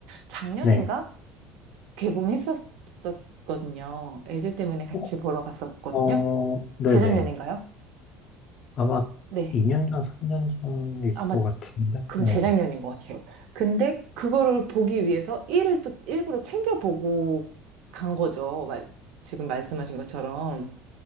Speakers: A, on the right; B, on the left.
A: 작년인가?
B: 네.
A: 개봉했었거든요. 애들 때문에 같이
B: 어,
A: 보러 갔었거든요.
B: 어, 네네.
A: 재작년인가요?
B: 아마
A: 네.
B: 2년 전, 3년 전일
A: 아마
B: 것 같은데.
A: 그럼
B: 네.
A: 재작년인 것 같아요. 근데 그거를 보기 위해서 일을 또 일부러 챙겨보고 간 거죠. 말, 지금 말씀하신 것처럼.